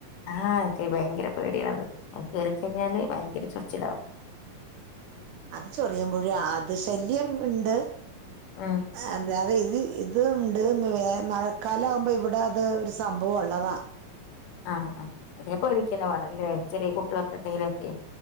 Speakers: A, on the left; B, on the right.
A: ആഹ് ക്ക് ഭയങ്കര പേടിയണത്. കേറിക്കഴിഞ്ഞാല് ഭയങ്കര ചുറിച്ചിലാവും.
B: അത് ചൊറിയുമ്പുഴേ അത് ശല്യം ഉണ്ട്.
A: ഉം
B: അന്ത അത് ഇത് ഇത് ഉണ്ട് മഴക്കാലം ആകുമ്പോൾ ഇവിടെ അത് ഒരു സംഭവം ഉള്ളതാ..
A: ആഹ് ആ അതിനെ പേടിക്കന്നേ വാണംല്ലേ ചെറിയ കുട്ടികൾക്കെ ഉണ്ടെങ്കിലൊക്കെ